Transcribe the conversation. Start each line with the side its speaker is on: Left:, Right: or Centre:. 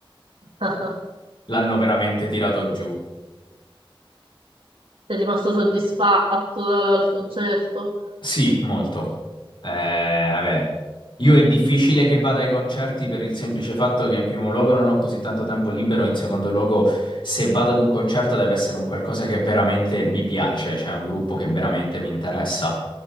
Right: <laughs>
Left: <laughs> l'hanno veramente tirato giù.
Right: sei rimasto soddisfatto dal dal concerto?
Left: Sì, molto. Eh, vabbè, io è difficile che vada ai concerti per il semplice fatto che in primo luogo non ho così tanto tempo libero, in secondo luogo se vado ad un concerto deve essere un qualcosa che veramente mi piace, cioè un gruppo che veramente mi interessa.